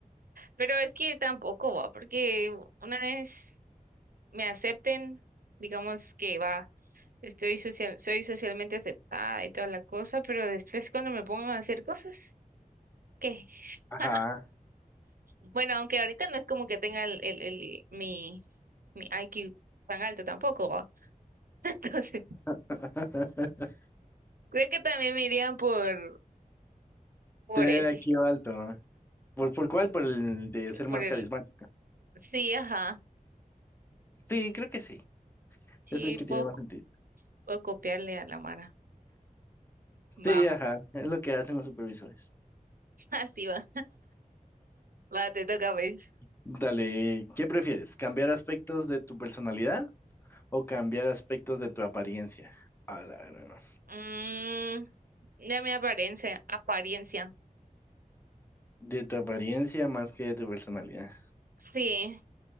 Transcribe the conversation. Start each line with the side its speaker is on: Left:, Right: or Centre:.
Right: Pero es que tampoco va, porque una vez me acepten, digamos que va. Estoy social, soy socialmente aceptada y toda la cosa, pero después cuando me pongan a hacer cosas, ¿qué?
Left: ajá.
Right: <laughs> Bueno, aunque ahorita no es como que tenga el, el, el- mi, mi IQ tan alto tampoco, ¿va? <laughs> Entonces,
Left: <laughs>
Right: creo que también me irían por, por
Left: Tener
Right: ese,
Left: aquí alto. ¿Por, por cuál? Por el de ser
Right: por
Left: más
Right: el,
Left: carismática.
Right: sí, ajá,
Left: Sí, creo que sí.
Right: sí,
Left: Es el que
Right: puedo,
Left: tiene más
Right: c-
Left: sentido.
Right: puedo copiarle a la Mara. Va,
Left: Sí, ajá. Es lo que hacen los supervisores.
Right: <laughs> así va. Va, te toca, pues.
Left: Dale, ¿qué prefieres? ¿Cambiar aspectos de tu personalidad o cambiar aspectos de tu apariencia? A la gran-
Right: Mm, ya mi apariencia, apariencia,
Left: De tu apariencia más que de tu personalidad.
Right: sí.